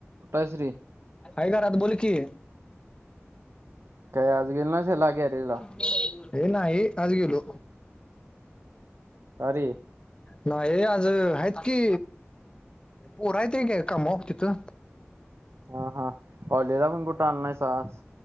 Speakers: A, on the right; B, on the left.
A: कुठं आहेस रे?
B: हाय घरात बोल की
A: काय आज गेल नाहीस हेला गँरेंजला
B: हे नाही आज गेलो
A: का रे?
B: नाही हे आज आहेत की पोर आहेत कामावर तिथं
A: हा हा कॉलेज ला पण कुठं आण नाही आज